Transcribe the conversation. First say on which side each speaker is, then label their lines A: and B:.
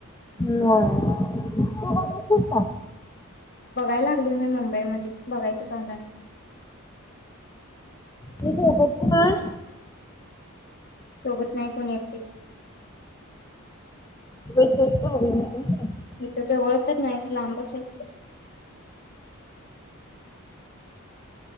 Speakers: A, on the left (about 15°); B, on the left (about 45°).
A: नाय तु बघीतलीस का?
B: बघायला लागलो मी मुंबई मध्ये बघायच चालाय
A: सोबत कोण हाय?
B: सोबत नाय कोण एकटीच
A: <unintelligible>
B: इथ जवळ तर नाहीच लांबच हायस